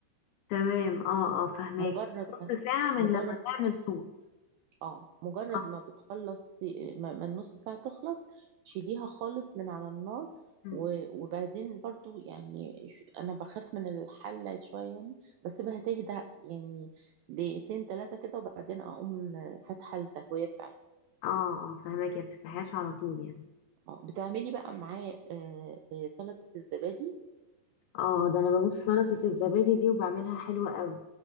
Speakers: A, on the left; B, on the right.
A: تمام اه اه فهماكي
B: مجرد
A: نص
B: ما
A: ساعة من
B: مجرد
A: لما تعمل صوت
B: اه مجرد
A: اه
B: ما بتخلص ما, ما النص ساعة تخلص شيليها خالص من على النار
A: امم
B: و- وبعدين برضو يعني ش- انا بخاف من الحلة شوية يعني بسيبها تهدى يعني دقيقتين ثلاثة كده وبعدين اقوم فاتحة التهوية بتاعتها
A: اه اه فهماكي ما بتفتحيهاش على طول يعني
B: آه، بتعملي بقى معاه آه، آه، سلطة الزبادي
A: اه ده انا بموت في سلطة الزبادي دي وبعملها حلوة قوي